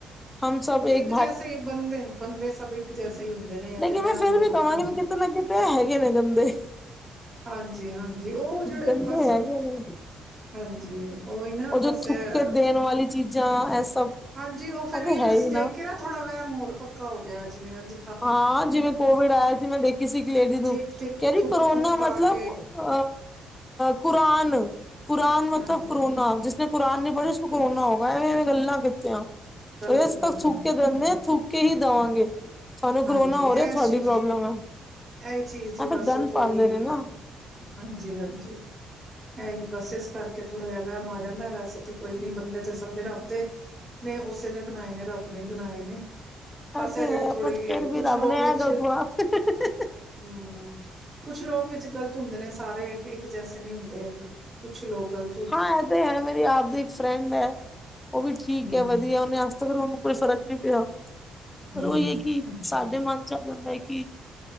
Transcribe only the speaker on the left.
ਹਮ ਸਭ ਏਕ
ਲੇਕਿਨ
ਮੈਂ ਫਿਰ
ਵੀ
ਕਹਾਂਗੀ
ਕਿਤੇ ਨਾ ਕਿਤੇ ਹੈਗੇ ਨੇ ਗੰਦੇ,,
ਗੰਦੇ
ਹੈਗੇ ਨੇ।
ਉਹ ਜੇ
ਥੁੱਕ
ਕੇ ਦੇਣ ਵਾਲੀ ਚੀਜ਼ਾਂ, ਇਹ ਸਭ
ਇਹ ਤਾਂ
ਹੈ ਹੀ
ਹਾਂ ਜਿਵੇਂ ਕੋਵਿਡ ਆਇਆ ਸੀ, ਮੈਂ ਦੇਖੀ ਸੀ ਇੱਕ ਲੇਡੀ ਨੂੰ,
ਕਹਿਦੀ
ਕਰੋਨਾ
ਮਤਲਬ
ਅ, ਕੁਰਾਨ, ਕੁਰਾਨ ਮਤਲਬ
ਕਰੋਨਾ, ਜਿਸ ਜਿ <unintelligible>
ਥੁੱਕ ਕੇ ਹੀ ਦੇਵਾਂਗੇ। ਸਾਨੂੰ ਕਰੋਨਾ
ਹੋ
ਰਿਹਾ ਤੁਹਾਡੀ
ਪ੍ਰੋਬਲਮ ਹੈ,,,,
ਆ ਫਿਰ
ਗੰਦ
ਪੈਂਦੇ ਨੇ ਨਾ।
ਤੇ
ਹੈ
ਫਿਰ ਵੀ,
ਰੱਬ
ਨੇ
ਇਹ ਗਲਤ ਬਣਾ ਤੇ
ਹਾਂ ਇਹ ਤੇ ਹੈ, ਮੇਰੀ ਆਪ ਦੀ ਇੱਕ ਫਰੈਂਡ ਹੈ, ਉਹ ਵੀ ਠੀਕ
ਹੈ ਵਧੀਆ, ਉਹਨੇ ਅਜ ਫਿਰ ਉਹਨੂੰ ਕੋਈ ਫਰਕ ਨੀ ਪਿਆ, ਫਿਰ
ਉਹੀ ਹੈ ਕਿ
ਸਾਡੇ ਮਨ 'ਚ ਆ ਜਾਂਦਾ ਹੈ ਕਿ